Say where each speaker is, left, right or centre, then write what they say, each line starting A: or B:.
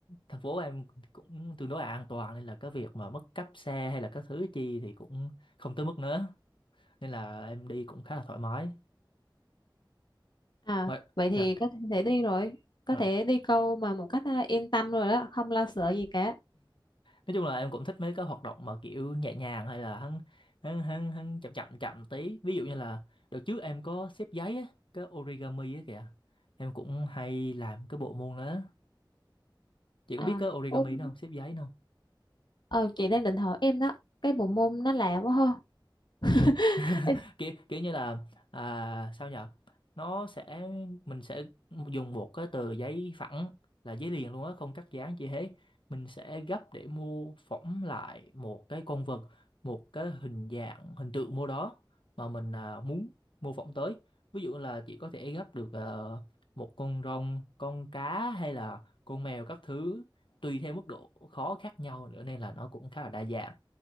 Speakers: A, on the left; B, on the left.
A: thành phố em cũng tương đối là an toàn nên là cái việc mà mất cắp xe hay là các thứ chi thì cũng không tới mức nữa. Nên là em đi cũng khá là thoải mái.
B: à
A: Mà,
B: vậy thì
A: dạ.
B: có thể đi rồi có
A: dạ.
B: thể đi câu mà một cách à, yên tâm rồi đó không lo sợ gì cả
A: nói chung là em cũng thích mấy cái hoạt động mà kiểu nhẹ nhàng hay là hắn hắn hắn hắn chậm chậm chậm tí ví dụ như là đợt trước em có xếp giấy á cái origami á kìa em cũng hay làm cái bộ môn đó chị có biết
B: à
A: cái origami
B: ôm
A: đó không xếp giấy đó không
B: ờ, chị đang định hỏi em đó cái bộ môn nó lạ quá ha
A: kiểu
B: <laughs>
A: kiểu kiểu như là à, sao nhở nó sẽ mình sẽ dùng một cái tờ giấy phẳng là giấy liền luôn á không cắt dán gì hết mình sẽ gấp để mô phỏng lại một cái con vật một cái hình dạng hình tượng mô đó mà mình à, muốn mô phỏng tới ví dụ là chỉ có thể gấp được ờ, một con rồng con cá hay là con mèo các thứ tùy theo mức độ khó khác nhau nữa nên là nó cũng khá là đa dạng